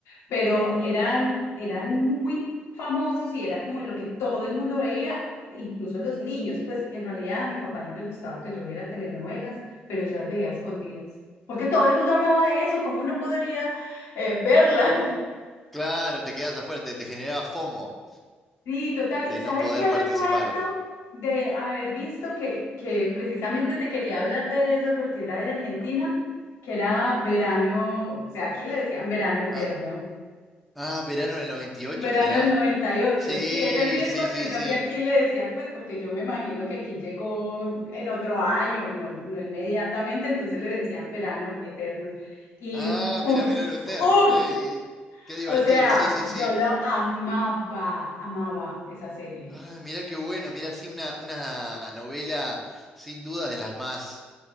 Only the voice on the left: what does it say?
pero eran, eran muy famosos y era como lo que todo el mundo veía, incluso los niños. Pues en realidad a mi papá no le gustaba que yo viera telenovelas, pero yo las veía a escondidas, porque todo el mundo hablaba de eso, ¿cómo no podría eh, verla?
Sí, total.
¿Y sabes
qué recuerdo
de haber visto que, que precisamente te quería hablar de eso porque era de Argentina, que era verano, o sea, aquí le decían verano eterno,
verano
del noventa y ocho.
Sí, es el mismo,
sino
que aquí le decían, pues porque yo me imagino que aquí llegó en otro año, no, no inmediatamente, entonces le decían verano eterno. Y
uff,
uff,
o sea,
yo lo amaba, amaba esa serie.